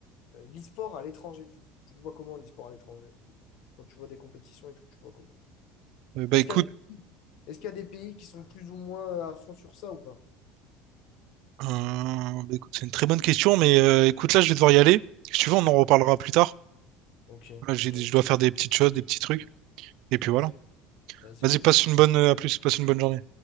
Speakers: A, on the left; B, on the right.
A: euh, l'e-sport à l'étranger, tu, tu le vois comment l'e-sport à l'étranger? Quand tu vois des compétitions et tout, tu le vois comment?
B: Euh, bah
A: Est-ce
B: écoute,
A: qu'il y a Est-ce qu'il y a des pays qui sont plus ou moins à fond sur ça ou pas?
B: euh, bah, écoute, c'est une très bonne question, mais euh, écoute, là, je vais devoir y aller. Si tu veux, on en reparlera plus tard.
A: Ok,
B: Là, j'ai,
A: vas-y,
B: je dois faire des petites choses, des petits trucs. Et
A: vas-y,
B: puis voilà.
A: vas-y,
B: Vas-y,
A: à plus.
B: passe une bonne, euh, à plus, passe une bonne journée.